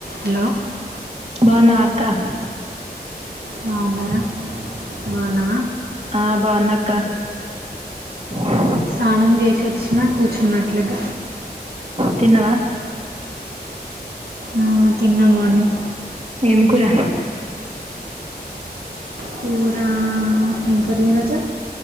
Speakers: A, on the right (about 65°); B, on the right (about 40°).
A: Hello
B: బాగునావా అక్క
A: బాగున్నారా బాగున్నావా
B: ఆ బావున్నా అక్క ఆ
A: స్నానం చేసివొచ్చినా కూర్చున్న అట్లాగ
B: తిన్నవా
A: ఆ తిన్న మార్నింగ్
B: ఏం కూర
A: కూరా ఎగ్ కర్రీ వచ్చా